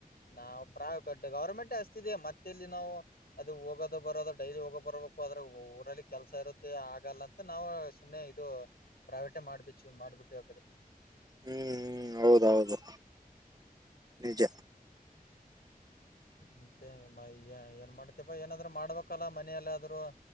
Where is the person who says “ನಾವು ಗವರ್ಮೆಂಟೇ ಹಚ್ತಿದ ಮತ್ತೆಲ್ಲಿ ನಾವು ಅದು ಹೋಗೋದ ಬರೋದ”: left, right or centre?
Left